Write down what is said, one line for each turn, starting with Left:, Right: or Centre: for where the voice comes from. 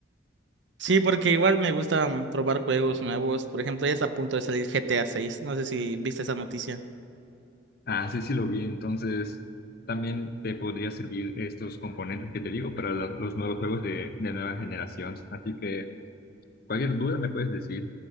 Right: Sí, porque igual me gusta mm, probar juegos nuevos. Por ejemplo, ya está a punto de salir GTA seis No sé si viste esa noticia.
Left: Ah, sí, sí lo vi. Entonces también te podría servir estos componentes que te digo para la- los nuevos juegos de, de nueva generación. Así que cualquier duda me puedes decir.